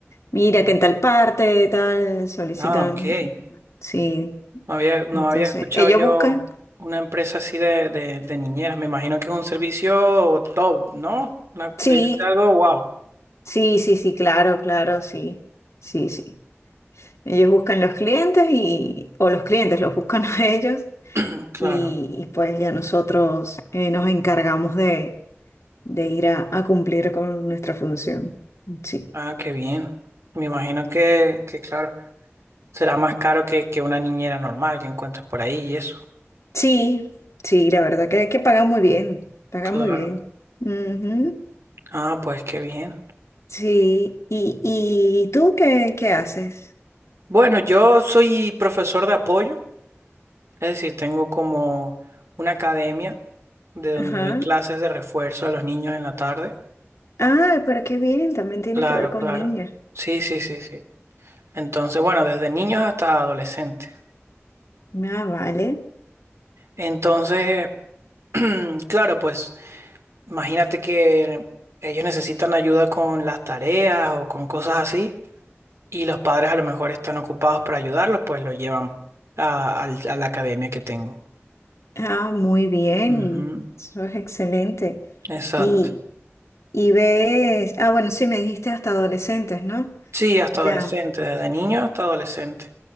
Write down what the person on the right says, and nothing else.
Ah, ok.
No había, no
había escuchado
yo
una empresa así de, de, de niñeras. Me imagino que es un servicio top, ¿no? Una-
debe ser algo wow.
<clears throat> Claro.
Ah, qué bien. Me imagino que, que claro. Será más caro que, que una niñera normal que encuentres por ahí y eso.
Claro.
Ah, pues qué bien.
Bueno, yo soy profesor de apoyo, es decir, tengo como una academia de donde
doy clases de refuerzo a los niños en la tarde.
Claro,
claro.
Sí, sí, sí, sí. Entonces, bueno, desde niños hasta adolescentes.
Entonces, <clears throat> claro, pues imagínate que ellos necesitan ayuda con las tareas o con cosas así. Y los padres a lo mejor están ocupados para ayudarlos, pues lo llevan a, al- a la academia que tengo.
Ujú,
Exacto.
Sí, hasta
adolescente, desde niño hasta adolescente.